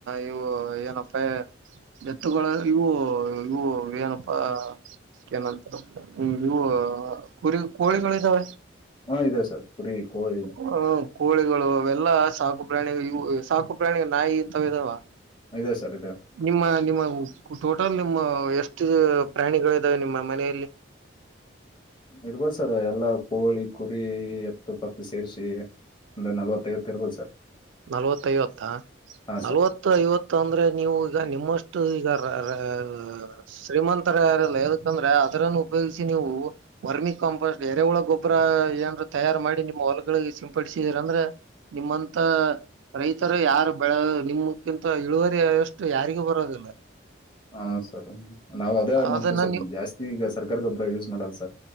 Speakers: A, on the right; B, on the left.
A: ಇವು ಏನಪ್ಪ ಎತ್ತುಗಳ ಇವು ಇವು ಏನಪ್ಪಾ ಅದ್ಕೆ ಏನಂತರ ಇ ಕುರಿ ಕೋಳಿಗಳು ಇದಾವೆ
B: ಹಾ ಇದದೆ ಸರ್ ಕುರಿ ಕೋಳಿ
A: ಹ್ಮ ಕೋಳಿಗಳು ಅವೆಲ್ಲ ಸಾಕು ಪ್ರಾಣಿ ಸಾಕು ಪ್ರಾಣಿ ನಾಯಿ ಇತಾವ ಇದಾವ
B: ಇದೆ ಸರ್ ಇದೆ
A: ನಿಮ್ಮ ನಿಮ್ಮಟ ಮಿನಿಮಮ್ ನಿಮ್ಮ ಎಷ್ಟು ಪ್ರಾಣಿಗಳು ಇದಾವೆ ನಿಮ್ಮ ಮನೆಯಲ್ಲಿ
B: ಇರ್ಬೋದ್ ಸರ್ ಎಲ್ಲಾ ಕೋಳಿ ಕುರಿ ಎತ್ತು ಪತ್ತು ಸೇರ್ಸಿ ಒಂದ ನಲವತ್ತೈಐವತ್ತು ಇರ್ಬೋದು ಸರ್
A: ನಲ್ವತ್ತ ಐವತ್ತಾ
B: ಹಾಂ
A: ನಲ್ವತ್ತು ಐವತ್ತು ಅಂದ್ರೆ ನೀವು ಈಗ ನಿಮ್ಮಷ್ಟು ಈಗ ರ ರ
B: ಸರ್
A: ಶ್ರೀಮಂತ ಯಾರಿಲ್ಲ ಯದಕಂದ್ರೆ ಅರನ್ನು ಉಪಯೋಗಿಸಿ ನೀವು ವರ್ಮಿ ಕಾಂಪೋಸ್ಟ್ ಎರೆ ಹುಳ ಗೊಬ್ಬರ ಏನರ ತಯಾರ ಮಾಡಿ ನಿಮ್ಮ ಹೊಲಗಳಿಗೆ ಸಿಂಪಡಿಸಿದ್ರ ಅಂದ್ರೆ ನಿಮ್ಮಂ ಂತ ರೈತರು ಯಾರು ಬೆಳ ನಿಮಕ್ಕಿಂತ ಇಳುವರಿ ಅಷ್ಟು ಯಾರಿಗೂ ಬರೋದಿಲ್ಲ
B: ಹಾ ಸರ್ ನಾವ್ ಅದೇ ಮಾಡ್ತೀವಿ
A: ಅದನ್ನ
B: ಸರ್
A: ನೀವು
B: ಜಾಸ್ತಿ ಈಗ ಸರ್ಕಾರ ಗೊಬರ ಯೂಸ್ ಮಾಡಲ್ಲ ಸರ್